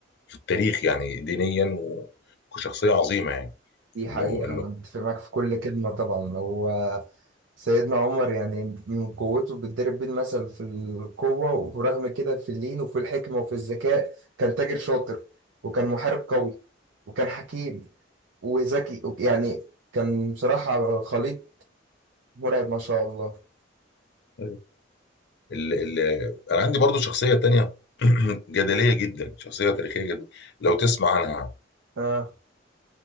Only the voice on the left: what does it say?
في التاريخ يعني دينيا و- وكشخصية عظيمة يعني
إنه
إنه
أيوة. ال ال أنا عندي برضو شخصية تانية <clears throat> جدلية جدا شخصية تاريخية جدا لو تسمع عنها